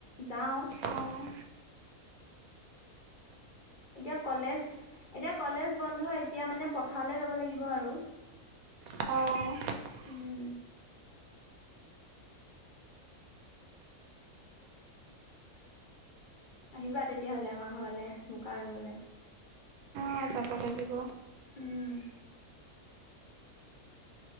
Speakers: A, on the left; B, on the right.
A: যাওঁ।
B: অ',
A: এতিয়া কলেজ এতিয়া কলেজ বন্ধ এতিয়া মানে পথাৰলে যাব লাগিব আৰু।
B: অ'।
A: উম। আহিবা তেতিয়াহ'লে আমাৰ ঘৰলে, বোকা ৰুবলে।
B: অ', যাব লাগিব।
A: উম।